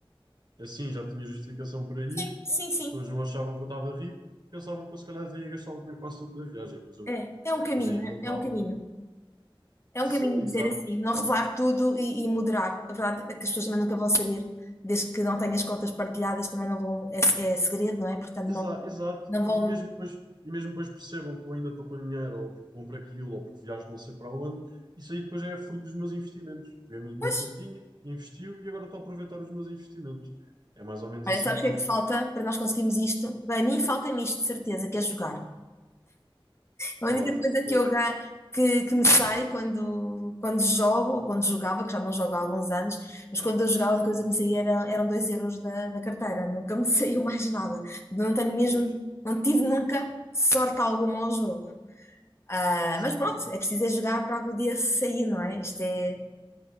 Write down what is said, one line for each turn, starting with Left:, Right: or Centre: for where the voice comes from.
Right: Assim já tinha justificação para ir,
Left: Sim, sim,
Right: as
Left: sim.
Right: pessoas não achavam que eu estava rico e pensavam que eu se calhar ia gastar o dinheiro quase todo da viagem. Depois eu
Left: É,
Right: aqui,
Left: é um caminho,
Right: depois aí voltava.
Left: é um caminho. É
Right: Sim,
Left: um caminho
Right: exato.
Left: dizer assim, não revelar tudo e, e moderar. A verdade é que as pessoas também nunca vão saber, desde que não tenhas contas partilhadas, também não vão, é, é segredo, não é? Portanto,
Right: Exa-
Left: não,
Right: exato.
Left: não
Right: E,
Left: vão.
Right: e mesmo depois, e mesmo depois percebam que eu ainda estou com dinheiro, ou porque compro aquilo, ou porque viajo não sei para onde, isso aí depois é fruto dos meus investimentos. Peguei no dinheiro
Left: Pois,
Right: que eu tinha, investiu e agora estou a aproveitar os meus investimentos. É mais ou menos
Left: olha,
Right: assim
Left: sabes
Right: que
Left: o que
Right: eu.
Left: é que falta para nós conseguirmos isto? Bem, a mim falta-me isto, de certeza, que é jogar. A única
Right: Claro,
Left: coisa
Right: pois,
Left: que eu ga- que, que me sai quando, quando jogo, ou quando jogava, que já não jogo há alguns anos, mas quando eu jogava, a única coisa que me saía era, eram 2 euros da, da carteira, nunca me <laughs> saiu mais nada. Não tenho mesmo,
Right: pois.
Left: não tive nunca sorte alguma ao jogo. Ah,
Right: Sim,
Left: mas pronto, é preciso é jogar para algum dia sair, não é? Isto é,